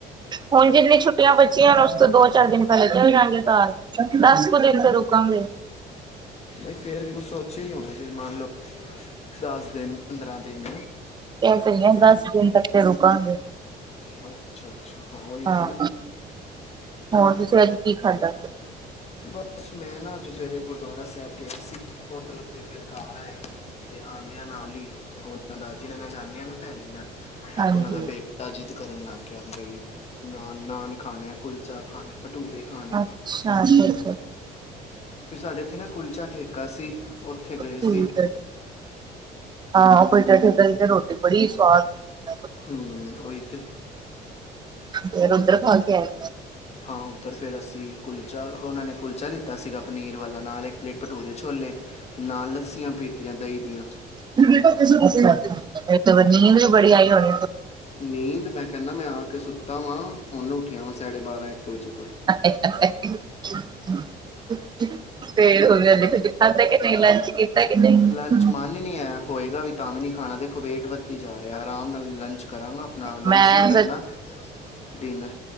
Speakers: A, on the right; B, on the left.
A: ਹੁਣ ਜਿੰਨੀਆਂ ਛੁੱਟੀਆਂ ਬੱਚੀਆਂ ਉਸ ਤੋਂ ਦੋ -ਚਾਰ ਦਿਨ ਪਹਿਲਾਂ ਚਲ ਜਾਂਗੇ ਘਰ ਦੱਸ ਕੁ ਦਿਨ ਤਾਂ ਰੁਕਾਂਗੇ
B: ਨਹੀਂ ਫਿਰ ਵੀ ਕੁਛ ਸੋਚਿਆ ਹੀ ਹੋਣਾ ਜੇ ਮੰਨ ਲਓ, ਦਸ ਦਿਨ, ਪੰਦਰਾਂ ਦਿਨ
A: ਐਸੇ ਹੀ ਹੈਂ, ਦਸ ਦਿਨ ਤੱਕ ਤੇ ਰੁਕਾਂਗੇ
B: ਅੱਛਾ ਅੱਛਾ ਉਹ
A: ਹਾਂ,
B: ਤੇ ਨਾ
A: ਹੋਰ ਤੁਸੀਂ ਅੱਜ ਕੀ ਖਾਧਾ
B: ਬਸ ਮੈਂ ਨਾ ਅਜ ਸਵੇਰੇ ਗੁਰਦੁਆਰਾ ਸਾਹਿਬ ਗਿਆ ਸੀ, ਉਧਰੋਂ ਦੀ ਫੇਰ ਘਰ ਆਏ ਤੇ ਆਉਂਦਿਆਂ ਨਾਲ ਹੀ, ਉਹਨਾਂ ਦਾ ਜਿੰਨਾ ਨਾਲ ਜਾਂਦੇ ਆ ਨਾ ਭੈਣ ਜੀ ਨਾਲ ਉਹਨਾਂ
A: ਹਾਂਜੀ
B: ਦਾ ਬੇਟਾ ਜਿੱਦ ਕਰਨ ਲੱਗ ਗਿਆ ਬਈ, ਨਾਨ, ਨਾਨ ਖਾਣਾ ਕੁਲ ਬੱਚਾ ਖਾਣਾ, ਭਟੂਰੇ ਖਾਣੇ
A: ਅੱਛਾ ਅੱਛਾ, ਅੱਛਾ-ਅੱਛਾ
B: ਫੇਰ ਸਾਡੇ ਇੱਥੇ ਨਾ ਕੁਲਚਾ ਠੇਕਾ ਸੀ, ਉੱਥੇ ਗਏ
A: ਠੀਕ
B: ਸੀ
A: ਹਾਂ ਕੁਲਚੇ ਠੇਕੇ ਤੇ ਰੋਟੀ ਬੜੀ ਸਵਾਦ ਹੁੰਦੀ
B: ਹਮ, ਉਹੀ ਤੇ
A: ਫੇਰ ਉੱਧਰ ਖਾ ਕੇ ਆਏ
B: ਹਾਂ ਉੱਧਰ ਫੇਰ ਅਸੀਂ ਕੁਲਚਾ ਉਹਨਾਂ ਨੇ ਕੁਲਚਾ ਲਿੱਤਾ ਸੀਗਾ ਪਨੀਰ ਵਾਲਾ, ਨਾਲ ਇੱਕ ਪਲੇਟ ਭਟੂਰੇ- ਛੋਲੇ ਨਾਲ ਲੱੱਸੀਆਂ ਪੀਤੀਆਂ ਦਹੀ ਦੀਆਂ
A: ਅੱਛਾ ਅੱਛਾ, ਫੇਰ ਤੇ ਨੀਂਦ ਵੀ ਬੜੀ ਆਈ ਹੋਣੀ।
B: ਨੀਂਦ ਮੈਂ ਕਹਿੰਦਾ ਮੈਂ ਆ ਕੇ ਸੁੱਤਾ ਵਾਂ ਹੁਣ ਉੱਠਿਆ ਵਾਂ ਸਾਡੇ ਬਾਰਾਂ ਇੱਕ ਵਜੇ।
A: ਫੇਰ <unintelligible> <inaudible> ਨਹੀਂ।
B: ਲੰਚ ਮਨ ਈ ਨੀ ਐ ਹੋਏਗਾ ਵੀ ਤਾਂ ਵੀ ਨੀ ਖਾਣਾ ਦੇਖੋ। ਵੇਟ ਵਦੀ ਜਾ ਰਿਆ ਆਰਾਮ ਨਾਲ ਲੰਚ ਕਰਾਂਗਾ ਆਪਣਾ
A: ਮੈਂ
B: ਲੰਚ ਨੀ ਕਰਨਾ ਡਿਨਰ